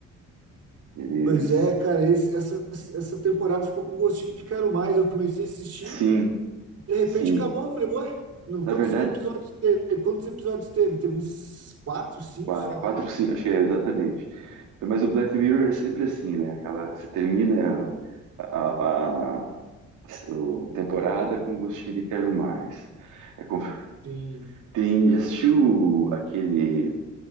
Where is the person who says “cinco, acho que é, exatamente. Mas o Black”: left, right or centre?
Right